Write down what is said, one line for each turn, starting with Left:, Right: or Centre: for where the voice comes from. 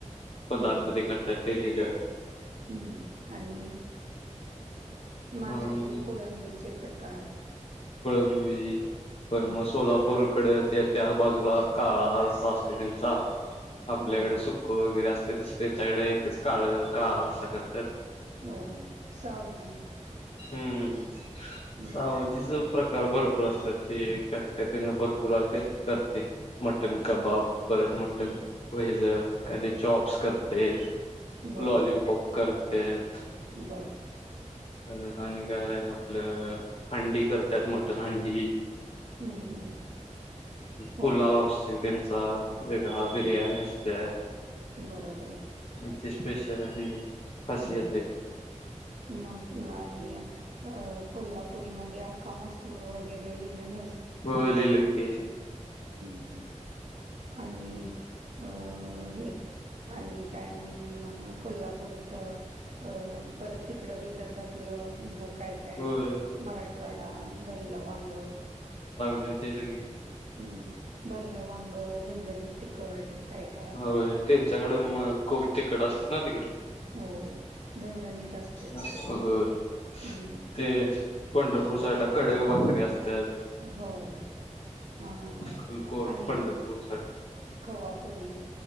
Left: पदार्थ
Right: हम्म
Left: ते करतात. <unintelligible>
Right: हम्म आणि माश्याचे
Left: आणि
Right: कोळंबीचे प्रकार
Left: मी मग
Right: हम्म
Left: सोलापूरकडे ते त्या बाजूला काळा रस्सा अस त्यांचा आपल्याकडें
Right: होय
Left: सुख वगैरे असत. ते त्यांच्याकडे एकच काळ काळ रस्सा करतात.
Right: होय सावजी.
Left: हमम
Right: हम्म
Left: सावजीच प्रका प्रकार भरपूर असतात ते काय काय त्ये भरपूर ते करते मटन कबाब परत मटन
Right: हम्म
Left: भेज काय ते चॉप्स करते
Right: हम्म बरं
Left: लॉलीपॉप. करतेत.
Right: बरं.
Left: परत आणि काय आपलं हंडी करतात मटण हंडी
Right: हम्म हम्म हम्म.
Left: पुलाव
Right: होय
Left: असते त्यांचा वेगळा
Right: हो
Left: बिर्याणी असते आहे
Right: बरोबर
Left: त्यांची स्पेशल. खासियत
Right: हम्
Left: आहे ती
Right: मग. आणि अ कोल्हापुरीमध्ये अख्खा मसूर वगैरे लिहिलं नाहीस.
Left: व्हय लिहिलं की.
Right: हम्म हम्म आणि अ हे आणि काय अमम कोल्हापूर च अअ परत तिकड विदर्भातलं बघ. काय काय
Left: होय
Right: मराठवाडा भरलं वांग.
Left: लिहिते सगळी.
Right: हम्म भरलं वांग, झणझणीत तिखट. काय-काय
Left: होय होय त्यांच्याकडं मग खूप तिखट असतय ना तिकडं
Right: होय झणझणीत. असतय तिकडं
Left: होय.
Right: सगळं हमम
Left: ते पंढरपूर
Right: हम.
Left: साईडला कडक भाकरी असतात
Right: होय अ
Left: खलकोट
Right: आणि
Left: पंढरपूर साईड.
Right: खवापोळी.